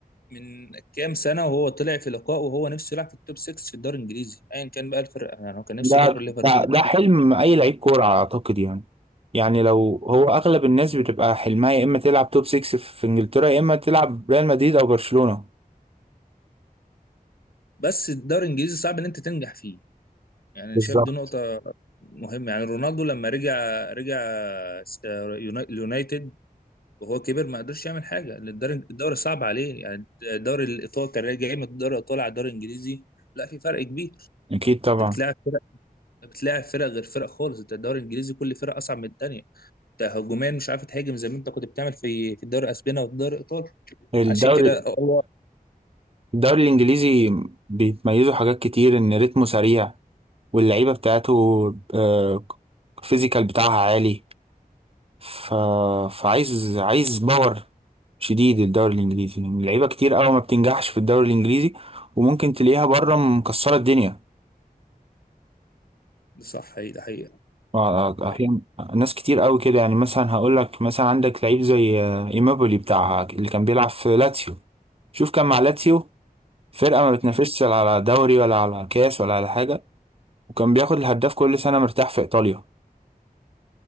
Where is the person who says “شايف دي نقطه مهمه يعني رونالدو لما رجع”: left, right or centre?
Left